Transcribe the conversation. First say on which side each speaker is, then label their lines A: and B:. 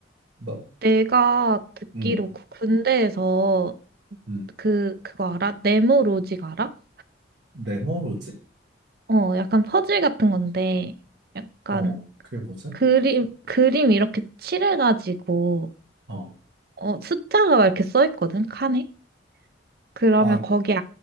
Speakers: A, on the right (about 70°); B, on the right (about 50°).
A: 나,
B: 내가 듣기로
A: 음,
B: 그 군대에서
A: 음.
B: 그, 그거 알아? 네모 로직 알아?
A: 네모로지?
B: 어, 약간 퍼즐 같은 건데, 약간
A: 어, 그게 뭐지?
B: 그림, 그림 이렇게 칠해가지고,
A: 어,
B: 어, 숫자가 막 이렇게 써 있거든, 칸에? 그러면
A: 아,
B: 거기에,